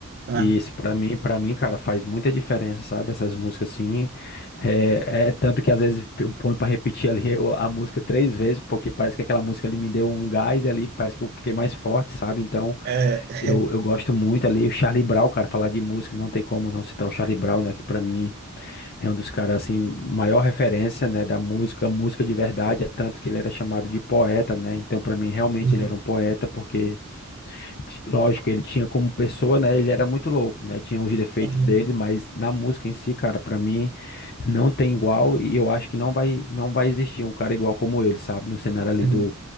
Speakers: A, on the right; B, on the left.
A: ah,
B: isso. Para mim, para mim, cara, faz muita diferença, sabe? Essas músicas assim. É, é tanto que às vezes eu ponho pra repetir ali eu- a música três vezes, porque parece que aquela música ali me deu um gás e ali parece que eu fiquei mais forte, sabe? Então.
A: é...
B: Eu, eu gosto muito ali, o Charlie Brown, cara, falar de música, não tem como não citar o Charlie Brown, né, que pra mim é um dos caras, assim, maior referência, né, da música, música de verdade, é tanto que ele era chamado de poeta, né, então pra mim realmente
A: Uhum,
B: ele era um poeta, porque Ti- Lógico, ele tinha como pessoa, né? Ele era muito louco, né? Tinha os defeitos
A: uhum,
B: dele, mas na música em si, cara, pra mim não tem igual e eu acho que não vai não vai existir um cara igual como ele, sabe? No cenário ali
A: uhum,
B: do